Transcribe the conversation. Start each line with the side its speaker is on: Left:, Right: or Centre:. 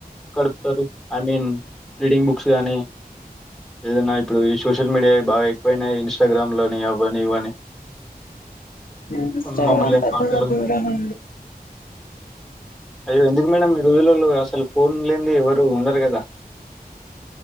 Centre: కడుపుతారు ఐ మీన్ రీడింగ్ బుక్స్ కానీ ఏదైనా ఇప్పుడు ఈ సోషల్ మీడియా బాగా ఎక్కువైనాయి ఇన్స్టాగ్రామ్ లని అవ్వని ఇవ్వని
Left: ఇన్స్టాగ్రామ్
Centre: మామూలుగా
Left: పెద్దగా
Centre: పాటలు
Left: చూడను
Centre: అయ్యో ఎందుకు మేడం ఈ రోజులల్లో అసలు ఫోన్ లేనిది ఎవరు ఉండరు కదా